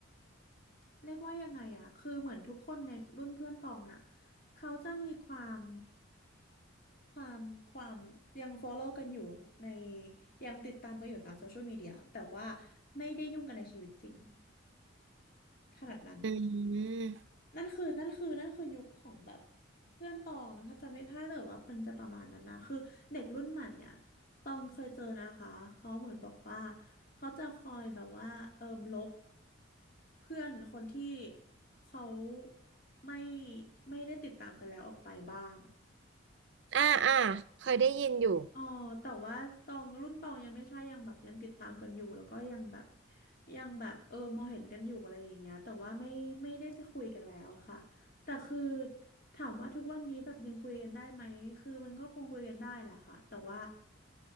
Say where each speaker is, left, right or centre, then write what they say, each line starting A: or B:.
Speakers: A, on the left; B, on the right.
A: เรียกว่ายังไงอ่ะคือเหมือนทุกคนในรุ่นเพื่อนตองอ่ะเขาจะมีความ ความความยัง follow กันอยู่ในยังติดตามกันอยู่ตามโซเชียลมีเดียแต่ว่าไม่ได้ยุ่งกันในชีวิตจริงขนาดนั้น
B: อืม
A: นั่นคือนั่นคือนั่นคือยุคของแบบเพื่อนตองถ้าจะไม่พลาดแต่ว่ามันจะประมาณนั้นนะคือเด็กรุ่นใหม่อ่ะตองเคยเจอนะคะเขาเหมือนบอกว่าเขาจะคอยแบบว่าเอิมลบเพื่อนคนที่เขาไม่ไม่ได้ติดตามกันแล้วออกไปบ้าง
B: อ่าอ่าเคยได้ยินอยู่
A: อ๋อแต่ว่าตองรุ่นตองยังไม่ใช่ยังแบบยังติดตามกันอยู่แล้วก็ยังแบบยังแบบเออมองเห็นกันอยู่อะไรอย่างเงี้ยแต่ว่าไม่ไม่ได้จะคุยกันแล้วค่ะแต่คือถามว่าทุกวันนี้แบบยังคุยกันได้ไหมคือมันก็คงคุยกันได้แหละค่ะแต่ว่า